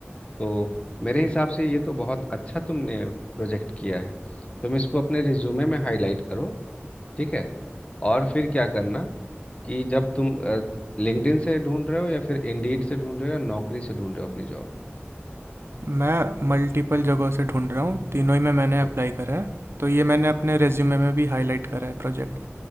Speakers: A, on the left; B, on the right.
A: तो मेरे हिसाब से ये तो बहुत अच्छा तुमने प्रोजेक्ट किया है तुम इसको अपने रिज्यूमे में हाईलाइट करो ठीक है और फिर क्या करना कि जब तुम लिंक्डइन से ढूंढ रहे हो या फिर इंडीड से ढूंढ रहे हो या नौकरी से ढूंढ रहे हो अपनी जॉब
B: मैं मल्टीपल जगहों से ढूँढ रहा हूँ, तीनों ही में मैंने अप्लाई
A: ओके
B: करा है, तो ये मैंने अपने रिज्यूमे में भी हाइलाइट करा है प्रोजेक्ट।